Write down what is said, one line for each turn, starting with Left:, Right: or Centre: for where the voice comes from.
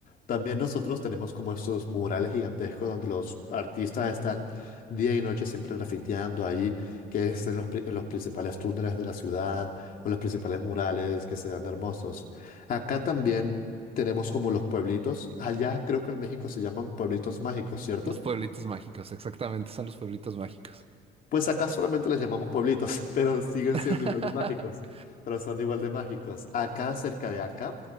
Left: También nosotros tenemos como estos murales gigantescos donde los artistas están día y noche siempre grafiteando ahí, que es en los, pri- en los principales túneles de la ciudad o los principales murales que se dan hermosos. Acá también tenemos como los pueblitos. Allá creo que en México se llaman pueblitos mágicos, ¿cierto?
Right: Los pueblitos mágicos, exactamente, son los pueblitos mágicos.
Left: Pues acá solamente les llamamos pueblitos, <laughs> pero siguen
Right: <laughs>
Left: siendo igual de mágicos. Pero son igual de mágicos. Acá, cerca de acá,